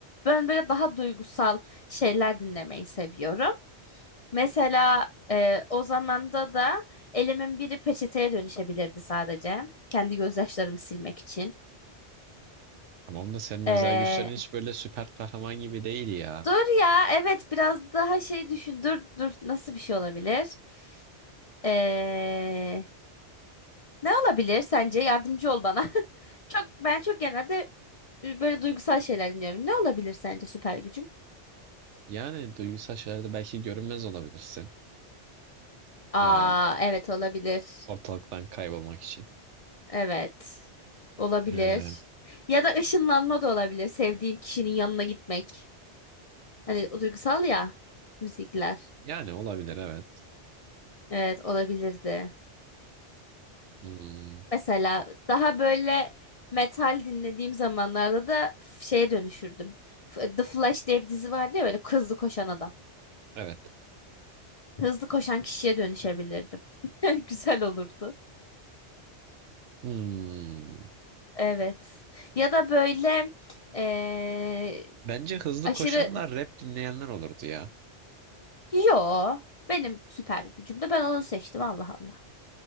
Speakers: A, on the left (about 40°); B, on the right (about 85°).
A: ben böyle daha duygusal şeyler dinlemeyi seviyorum. Mesela e, o zamanda da elimin biri peçeteye dönüşebilirdi sadece. Kendi gözyaşlarımı silmek için.
B: tamam da senin
A: E,
B: özel güçlerin hiç böyle süper kahraman gibi değil ya.
A: dur ya evet biraz daha şey düşün. Dur dur nasıl bir şey olabilir? E, ne olabilir sence? Yardımcı ol bana. <laughs> Çok ben çok genelde böyle duygusal şeyler dinliyorum. Ne olabilir sence süper gücüm?
B: Yani duygusal şeylerde belki görünmez olabilirsin.
A: Aa
B: E,
A: evet olabilir.
B: ortalıktan kaybolmak için.
A: Evet. Olabilir.
B: E,
A: Ya da ışınlanma da olabilir. Sevdiğim kişinin yanına gitmek. Hani o duygusal ya müzikler.
B: yani olabilir evet.
A: Evet olabilirdi.
B: Hmm,
A: Mesela daha böyle metal dinlediğim zamanlarda da f- şeye dönüşürdüm. F- The Flash diye bir dizi vardı ya böyle hızlı koşan adam.
B: evet.
A: Hızlı koşan kişiye dönüşebilirdim. <laughs> Güzel olurdu.
B: Hmm.
A: Evet. Ya da böyle eee,
B: Bence hızlı
A: aşırı
B: koşanlar rap dinleyenler olurdu ya.
A: Yo. Benim süper gücüm de ben onu seçtim Allah Allah.